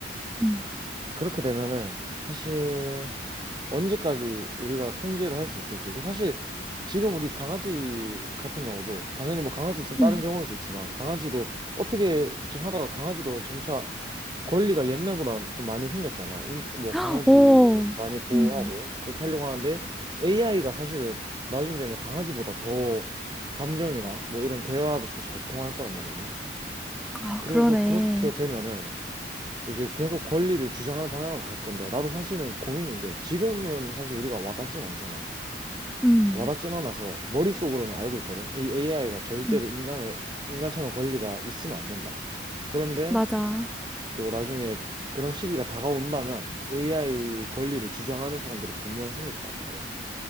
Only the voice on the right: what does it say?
그렇게 되면은 사실 언제까지 우리가 통제를 할 수 있을지. 그 사실 지금 우리 강아지 같은 경우도 당연히 뭐 강아지 좀 다른
경우일 수 있지만 강아지도 어떻게 좀 하다가 강아지도 점차 권리가 옛날보다 좀 많이 생겼잖아. 인- 뭐
강아지를
많이 보호하고
뭐 그렇게 하려고 하는데 AI가 사실은 나중에 되면 강아지보다 더 감정이나 뭐 이런 대화도 더 잘 통할 거란 말이지.
그래서
그렇게 되면은 이제 계속 권리를 주장하는 방향으로 갈 건데, 나도 사실은 고민인 게, 지금은 사실 우리가 와닿진 않잖아.
와닿진 않아서, 머릿속으로는 알고 있거든? 이 AI가 절대로
인간의, 인간처럼 권리가 있으면 안 된다. 그런데
또 나중에 그런 시기가 다가온다면, AI 권리를 주장하는 사람들은 분명 생겼단 말이야. 음,